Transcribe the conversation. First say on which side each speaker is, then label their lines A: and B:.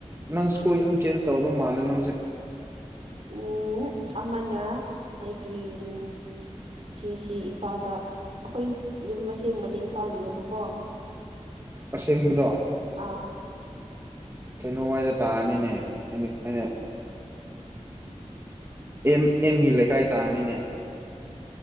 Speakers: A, on the right; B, on the right.
A: ꯅꯪ ꯁ꯭ꯀꯨꯜ ꯌꯥꯝ ꯆꯦꯟꯖ ꯇꯧꯗꯧ ꯃꯥꯜꯂꯦ ꯅꯪꯁꯦ
B: ꯎꯝ ꯍꯨꯝ ꯑꯃꯅ ꯑꯩꯒꯤ ꯎꯝ ꯁꯤꯁꯤ ꯏꯝꯐꯥꯜꯗ ꯑꯩꯈꯣꯏ ꯌꯨꯝ ꯑꯁꯦꯡꯕꯗꯤ ꯏꯝꯐꯥꯜꯗꯅꯦꯕꯀꯣ
A: ꯑꯁꯦꯡꯕꯗꯣ
B: ꯑꯥ
A: ꯀꯩꯅꯣꯋꯥꯏꯗ ꯇꯥꯔꯅꯤꯅꯦ ꯑꯩꯅ ꯑꯩꯅ ꯑꯦꯝ ꯑꯦꯝꯒꯤ ꯂꯩꯀꯥꯏ ꯇꯥꯔꯅꯤꯅꯦ